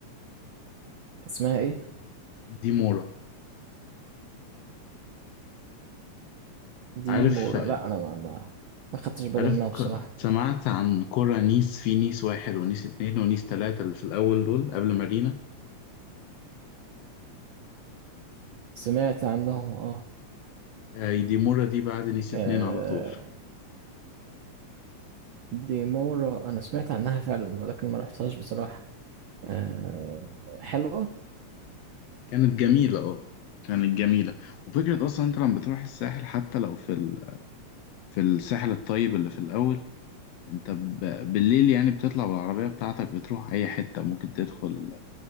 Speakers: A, on the right; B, on the left.
A: اسمها ايه
B: ديمورا
A: دي
B: عارف
A: مورا
B: آه،
A: لا انا ما ما ما خدتش بالي
B: عارف
A: منها بصراحه
B: ك- سمعت عن قرى نيس في نيس واحد ونيس اتنين ونيس تلاتة اللي في الأول دول قبل مارينا
A: سمعت عنه اه
B: آه، ديمورا دي بعد نيس اتنين
A: آه،
B: على طول
A: دي مورا انا سمعت عنها فعلا ولكن ما رحتهاش بصراحه آه، حلوه
B: كانت جميلة اه كانت جميلة وفكرة أصلا أنت لما بتروح الساحل حتى لو في ال... في الساحل الطيب اللي في الأول انت ب... بالليل يعني بتطلع بالعربية بتاعتك بتروح اي حتة ممكن تدخل